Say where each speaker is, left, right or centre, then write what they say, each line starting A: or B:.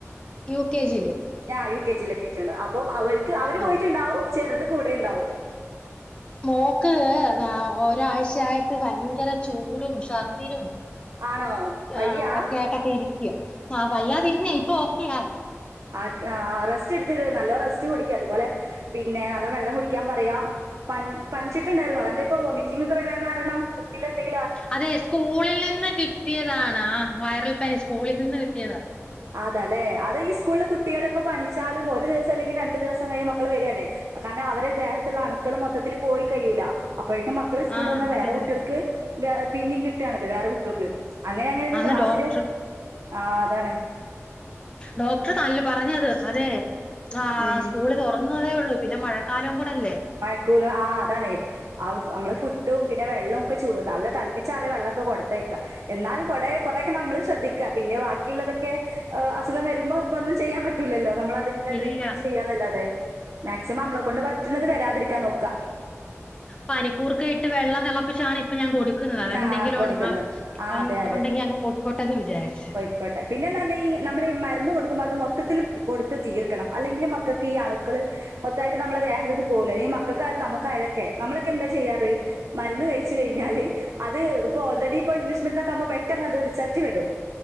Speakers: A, on the left; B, on the right.
A: യു കെ ജില്
B: ആഹ് യു കെ ജില് എത്തിട്ട്ണ്ട് അപ്പം അവർക്ക് അവര്
A: ആ
B: പോയിട്ടുണ്ടാവും ചെറുത് കൂടെ ഉണ്ടാവും
A: മോക്ക് ഒരാഴ്ചയായിട്ട് ഭയങ്കര ചൂടും ഷർദിനും
B: ആണോ
A: ആഹ്
B: വയ്യ
A: അഹോക്കെ ആയിട്ടിരിക്കും ആഹ് വയ്യാതിരുന്ന ഇപ്പൊ ഓക്കെയാ
B: ആർക്ക് ആഹ് റെസ്റ്റ് ഇടുത്തിട് നല്ലോം റസ്റ്റ് കൊടുക്കി അതുപോലെ പിന്നെ നല്ലോം വെള്ളം കുടിക്കാൻ പറയാ പനിച്ചിട്ടുണ്ടായിരുന്നൊ? എന്താപ്പോ വോമിറ്റിംഗ് ഒക്കെ വരാൻ കാരണം ഫുഡിൽ എന്തെങ്കി
A: അതെ സ്കൂളിൽ നിന്ന് കിട്ടിയതാണ് ആഹ് വൈറൽ പനി സ്കൂളിൽ നിന്ന് കിട്ടിയതാ
B: അതാല്ലെ അത് ഈ സ്കൂളിൽ കുട്ടികളിപ്പൊ പനിച്ചാലും ഒരു ദിവസം അല്ലെങ്കി രണ്ടു ദിവസം കഴിഞ്ഞാ മക്കള് വെരാണ് കാരണം അവരെ ദേഹത്ത്ള്ളെ അണുക്കള് മൊത്തത്തില് പോയി കഴിയൂല അപ്പോഴേക്കും മക്ക മക്കള് സ്കൂൾ
A: ആ
B: വന്നാ
A: അതെ
B: വേറെ
A: അതെ
B: കുട്ടികൾക്ക് വെ പിന്നിം കിട്ടാണത് വേറെ കുട്ടികൾക്ക് അങ്ങനെ അങ്ങനെത്
A: അന്ന്
B: ക്ലാസ്സില്
A: ഡോക്ടർ
B: ആഹ് അതാണ്
A: ഡോക്ടർ നല്ല പറഞ്ഞത് അതെ ആഹ്
B: ഉം
A: സ്കൂള് തുറ ന്നതെ ഒള്ളു പിന്നെ മഴക്കാലവും കൂടെ അല്ലേ
B: മയക്കൂല ആഹ് അതാണെ ആഹ് നമ്മള് ഫുഡും പിന്നെ, വെള്ളവും ഒക്കെ നല്ല തിളപ്പിച്ചാറിയ വെള്ളമൊക്കെ കൊടുത്തേക്കാ എന്നാലും കൊടെ കുറെക്കെ നമ്മളും ശ്രദ്ധിക് പിന്നെ ബാക്കിള്ളതൊക്കെ അസുഖം വരുമ്പോ ഇപ്പൊന്നും ചെയ്യാൻ പറ്റൂല്ലല്ലോ നമ്മള് അ അതിനുള്ള
A: ഇല്ല
B: ട്രീറ്റ്മെന്റ് ചെയ്യാന്നല്ലാതെ മാക്സിമം നമ്മളെ കൊണ്ട് പറ്റ്ണത് വരാതിരിക്കാൻ നോക്കാ
A: പനിക്കൂർക്കെ ഇട്ട് വെള്ളം തിളപ്പിച്ചാണ് ഇപ്പ ഞാൻ കൊടുക്കുന്നത് അതെന്തെങ്കിലും
B: ആ കൊടുക്കുന്നത് ആ
A: അവൻ
B: അതെ
A: ഉണ്ടെങ്കി അങ്ങ് പോയിക്കോട്ടെ എന്ന് വിചാരിച്ച്
B: അയ്ക്കോട്ടെ പിന്നെന്ന് പർഞ്ഞാ ഈ നമ്മള് ഈ മരുന്ന് കൊടുക്കുമ്പോ അത് മൊത്തത്തില് കൊടുത്ത് തീർക്കണം അല്ലെങ്കില് മക്കക്ക് ഈ അണുക്കള് മൊത്തായിട്ട് നമ്മുടെ ദേഹത്തിന്ന് പോവുല ഈ മക്കക്കായാലും നമ്മക്കായാലൊക്കെ നമ്മളൊക്കെ എന്താ ചെയ്യാറ്? മരുന്ന് കഴിച്ച് കഴിഞ്ഞാല് അത് ഇപ്പൊ ഓൾറെഡി ഇപ്പോ ഇംഗ്ലീഷ് മ ഇതൊക്കെ ആകുമ്പോ പെട്ടെന്ന് അത് റിസൾട്ട് വെരും